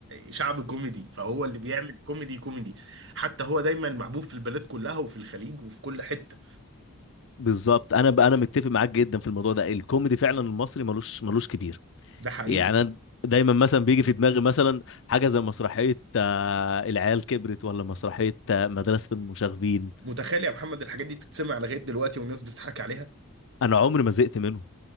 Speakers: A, on the right (about 60°); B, on the left (about 60°).
A: شعب كوميدي فهو اللي بيعمل كوميدي كوميدي حتى هو دايما محبوب في البلاد كلها وفي الخليج وفي كل حتة
B: بالظبط انا بقى انا متفق معاك جدا في الموضوع ده الكوميدي فعلا المصري ملوش ملوش كبير
A: ده حقيقي
B: يعني انا دايما مثلا بيجي في دماغي مثلا حاجه زي مسرحيه آه، العيال كبرت ولا مسرحيه آه، مدرسه المشاغبين
A: متخيل يا محمد الحاجات دي بتتسمع لغايه دلوقتي والناس بتضحك عليها
B: انا عمري ما زهقت منهم